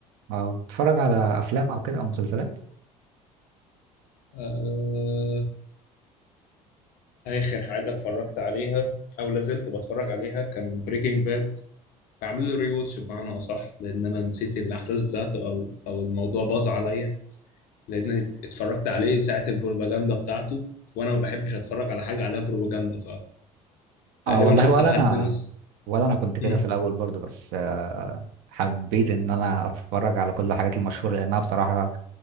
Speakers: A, on the right (about 50°); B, on the left (about 45°).
A: أه بتتفرج على افلام او كده او مسلسلات
B: آه... اخر حاجة اتفرجت عليها او لازلت بتفرج عليها كان بريكنج باد عامل له ري واتش بمعنى اصح لان انا نسيت الاحداث بتاعته او او الموضوع باظ عليا لان اتفرجت عليه ساعة البروباجندا بتاعته وانا ما بحبش اتفرج على حاجة عليها بروباجندا فتقريبا
A: اه والله
B: شفت
A: ولا
B: لحد
A: انا
B: نص
A: ولا انا كنت كده
B: مم،
A: في الاول برضو بس آه، حبيت ان انا اتفرج على كل الحاجات المشهوره لانها بصراحه